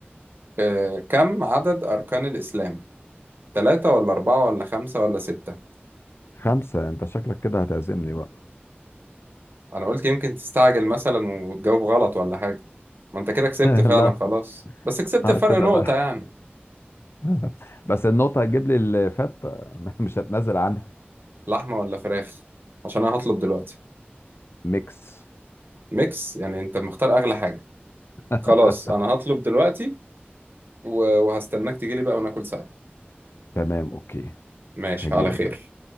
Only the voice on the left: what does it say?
خمسة انت شكلك كده هتعزمني بقى
<laughs>
لا
اه
كده
بقى
<laughs> بس النقطة هتجيب لي الفتة <laughs> مش هتنازل عنها
ميكس
<laughs>
تمام اوكي
هجيلك
دلوقتي.